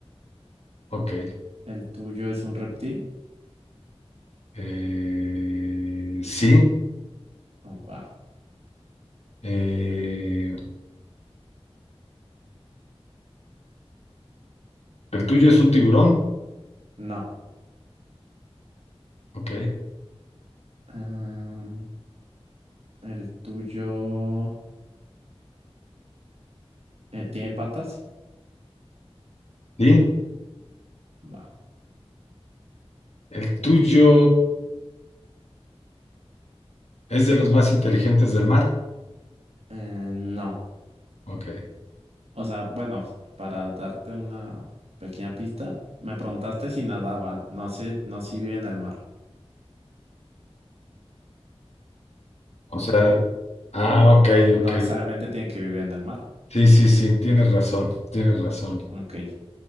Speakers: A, on the left (about 85°); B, on the right (about 70°).
A: Ok.
B: ¿El tuyo es un reptil?
A: Eh, sí.
B: Oh, va.
A: Eh, el tuyo es un tiburón.
B: No.
A: Ok.
B: Em, ¿el tuyo eh, tiene patas?
A: Sí.
B: Va.
A: El tuyo es de los más inteligentes del mar.
B: Eh, no.
A: Ok.
B: O sea, bueno, para darte una pequeña pista, me preguntaste si nadaban, no sé, no si viven en el mar,
A: O
B: ¿ok?
A: sea, ah, ok,
B: No
A: ok.
B: necesariamente tienen que vivir en el mar,
A: Sí, sí, sí, tienes razón, tienes razón.
B: ¿ok?